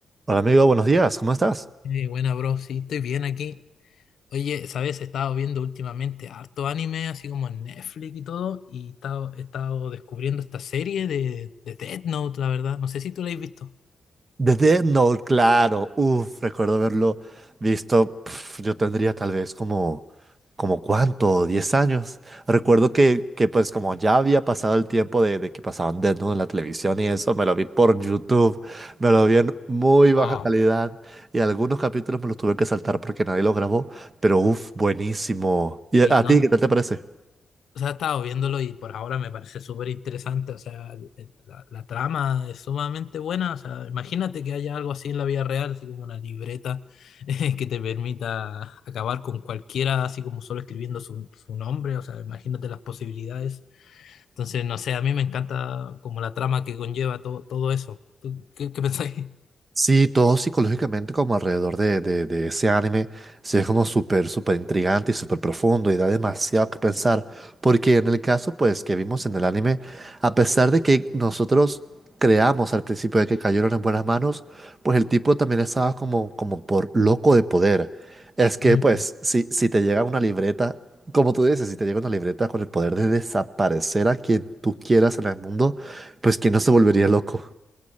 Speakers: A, on the right; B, on the left.
A: Hola amigo, buenos días, ¿cómo estás?
B: Eh, buena, bro, sí, estoy bien aquí. Oye, ¿sabes? He estado viendo últimamente harto anime, así como en Netflix y todo, y he estado, he estado descubriendo esta serie de, de Death Note, la verdad. No sé si tú la has visto.
A: The Death Note, claro, Uf, recuerdo haberlo visto, pf, yo tendría tal vez como, como cuánto, 10 años. Recuerdo que, que pues como ya había pasado el tiempo de, de que pasaban Death Note en la televisión y eso, me lo vi por YouTube, me lo vi en muy baja
B: Ah,
A: calidad y algunos capítulos me los tuve que saltar porque nadie los grabó, pero uf, buenísimo. ¿Y
B: Sí,
A: a a
B: no,
A: ti qué tal te parece?
B: o sea, he estado viéndolo y por ahora me parece súper interesante. O sea, el- el- la, la trama es sumamente buena. O sea, imagínate que haya algo así en la vida real, así como una libreta <laughs> eh, que te permita acabar con cualquiera, así como solo escribiendo su, su nombre. O sea, imagínate las posibilidades. Entonces, no sé, a mí me encanta como la trama que conlleva todo, todo eso. ¿Tú qué, qué pensáis? <laughs>
A: Sí, todo psicológicamente como alrededor de, de- de ese anime, sí es como súper, súper intrigante y súper profundo y da demasiado que pensar, porque en el caso pues que vimos en el anime, a pesar de que nosotros creamos al principio de que cayeron en buenas manos, pues el tipo también estaba como, como por loco de poder. Es que
B: Mm,
A: pues si, si te llega una libreta, como tú dices, si te llega una libreta con el poder de desaparecer a quien tú quieras en el mundo, pues ¿quién no se volvería loco?